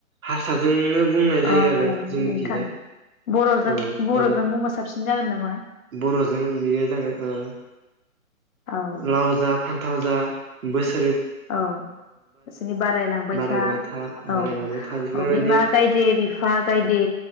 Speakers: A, on the right (about 75°); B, on the left (about 75°).
A: हारसाजोंनो बुंनाय जायो
B: ओ
A: आरो जोंनिखिजाय
B: नोंथां बर'जों
A: औ
B: बर'जों
A: आरो
B: बुंबा साबसिन जागोन नामा
A: बर'जों बियो जागोन ओ
B: औ
A: लावजा फान्थाव जा बोस
B: औ बिसोरनि बारायलांबाय
A: बारायबाय
B: था औ
A: बारायलांबाय था बेफोरबायदि
B: औ बिमा गायदे बिफा गायदे